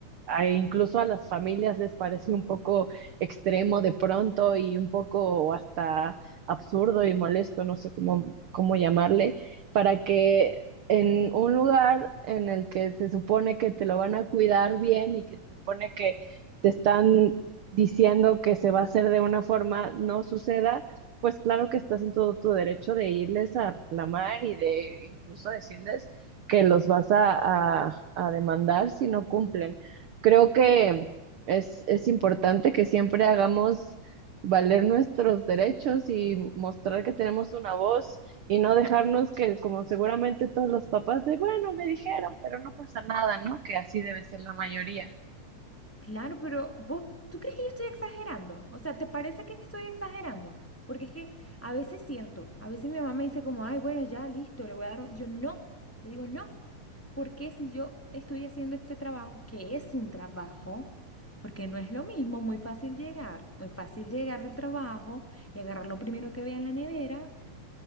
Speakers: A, on the right; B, in the centre.
A: a- incluso a las familias les parece un poco extremo de pronto y un poco hasta absurdo y molesto, no sé cómo, cómo llamarle, para que en un lugar en el que se supone que te lo van a cuidar bien y que se supone que te están diciendo que se va a hacer de una forma, no suceda, pues claro que estás en todo tu derecho de irles a reclamar y de incluso decirles que los vas a, a- a demandar si no cumplen. Creo que es, es importante que siempre hagamos valer nuestros derechos y mostrar que tenemos una voz y no dejarnos que, como seguramente todos los papás, de bueno, me dijeron, pero no pasa nada, ¿no? Que así debe ser la mayoría.
B: Claro, pero vos, ¿tú crees que yo estoy exagerando? O sea, ¿te parece que estoy exagerando? Porque es que a veces siento, a veces mi mamá me dice como, ay, bueno, ya, listo, le voy a dar un-". Yo no, le digo no, porque si yo estoy haciendo este trabajo, que es un trabajo, porque no es lo mismo, muy fácil llegar, muy fácil llegar del trabajo y agarrar lo primero que vea en la nevera